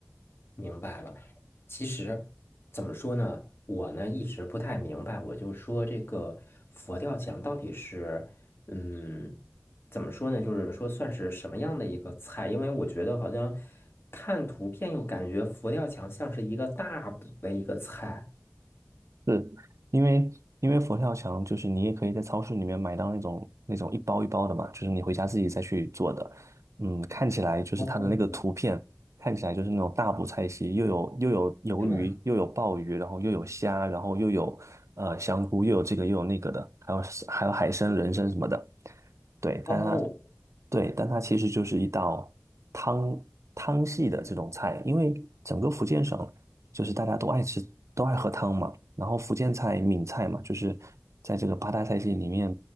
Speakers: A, on the left; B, on the right.
A: 明白了。其实怎么说呢，我呢一直不太明白，我就说这个佛跳墙到底是嗯怎么说呢？就是说算是什么样的一个菜？因为我觉得好像看图片又感觉佛跳墙像是一个大补的一个菜。
B: 是因为因为佛跳墙就是你也可以在超市里面买到那种那种一包一包的嘛，就是你回家自己再去做的。嗯，看起来就是它的那个图片，
A: 哦，
B: 看起来就是那种大补菜系，又有又有鱿鱼，
A: 对，
B: 又有鲍鱼，然后又有虾，然后又有呃香菇，又有这个又有那个的，还有还有海参、人参什么的。对，
A: 哦，
B: 但它对，但它其实就是一道汤汤系的这种菜，因为整个福建省。就是大家都爱吃，都爱喝汤嘛。然后福建菜、闽菜嘛，就是在这个八大菜系里面，